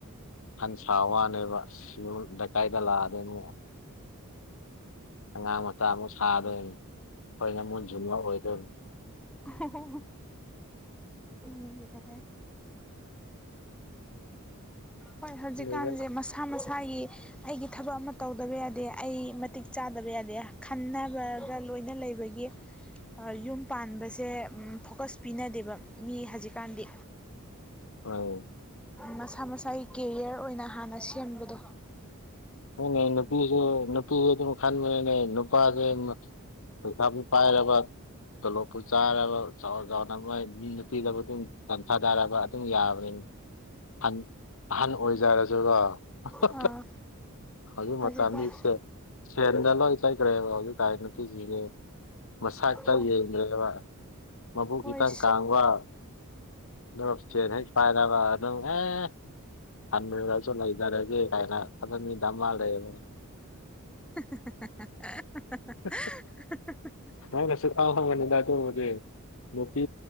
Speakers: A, on the left (about 65°); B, in the centre.
A: ꯍꯟ ꯁꯥ ꯋꯥꯅꯦꯕ ꯁꯤꯨꯝ ꯂꯩꯀꯥꯏꯗ ꯂꯥꯛꯑꯗꯤ ꯑꯃꯨꯛ ꯑꯉꯥꯡ ꯃꯆꯥ ꯑꯃ ꯁꯥꯗꯣꯏꯅꯤ ꯑꯩꯈꯣꯏꯅ ꯃꯨꯟꯖꯨꯝꯕ ꯑꯣꯏꯗꯣꯏꯅꯤ
B: <unintelligible> ꯃꯤꯒꯤꯗ ꯍꯣꯏ ꯍꯧꯖꯤꯛꯀꯥꯟꯁꯦ
A: ꯂꯣꯏꯔꯦꯗ
B: ꯃꯁꯥ ꯃꯁꯥꯒꯤ ꯑꯩꯒꯤ ꯊꯕꯛ ꯑꯃ ꯇꯧꯗꯕ ꯌꯥꯗꯦ ꯑꯩ ꯃꯇꯤꯛ ꯆꯥꯗꯕ ꯌꯥꯗꯦ ꯈꯟꯅꯒ꯭ꯔꯥꯒ ꯂꯣꯏꯅ ꯂꯩꯕ ꯒꯤ ꯑꯥ ꯌꯨꯝ ꯄꯥꯟꯕꯁꯦ ꯎꯝ ꯐꯣꯀꯁ ꯄꯤꯅꯗꯦꯕ ꯃꯤ ꯍꯧꯖꯤꯛꯀꯥꯟꯗꯤ
A: ꯃꯥꯅꯦ
B: ꯃꯁꯥ ꯃꯁꯥꯒꯤ ꯀꯦꯔꯤꯌꯔ ꯑꯣꯏꯅ ꯍꯥꯟꯅ ꯁꯦꯝꯕꯗꯣ
A: ꯍꯣꯏꯅꯦ ꯅꯨꯄꯤꯁꯨ ꯅꯨꯄꯤꯁꯨ ꯑꯗꯨꯝ ꯈꯟꯕꯅꯤꯅꯦ ꯅꯨꯄꯥꯁꯦ ꯄꯩꯁꯥꯕꯨ ꯄꯥꯏꯔꯕ ꯇꯣꯂꯣꯞꯄꯨ ꯆꯥꯏꯔꯕ ꯆꯥꯎ ꯆꯥꯎꯅ ꯅꯨꯄꯤꯗꯕꯨ ꯑꯗꯨꯝ <unintelligible> ꯑꯗꯨꯝ ꯌꯥꯕꯅꯤ ꯍꯟ ꯑꯍꯟ ꯑꯣꯏꯖꯔꯁꯨꯀꯣ <unintelligible>
B: ꯑꯥ
A: ꯑꯗꯨ
B: ꯍꯧꯖꯤꯛꯀꯥꯟ
A: ꯃꯇꯝꯗꯤ <unintelligible> ꯁꯦꯟꯗ ꯂꯣꯏ ꯆꯠꯈ꯭ꯔꯦꯕ ꯍꯧꯖꯤꯛ ꯀꯥꯟ ꯅꯨꯄꯤꯁꯤꯡꯖꯦ ꯃꯁꯥꯛꯇ
B: ꯍꯣꯏ
A: ꯌꯦꯡꯗ꯭ꯔꯦꯕ ꯃꯕꯨꯛ
B: ꯍꯣꯏ
A: ꯏꯀꯪ ꯀꯥꯡꯕ <unintelligible> ꯍꯦꯛ ꯄꯥꯏꯔꯕ ꯑꯗꯨꯝ ꯑꯦ ꯍꯟꯅꯨꯔꯁꯨ ꯂꯩꯖꯔꯒꯦ ꯀꯥꯏꯅ ꯀꯗꯃꯤ ꯗꯃꯥ ꯂꯩꯕꯅꯦ꯫
B: <unintelligible>
A: <unintelligible>
B: <unintelligible>
A: ꯅꯪꯅꯁꯨ ꯈꯪꯉꯝꯒꯅꯤꯗ ꯑꯗꯨꯕꯨꯗꯤ ꯅꯨꯄꯤ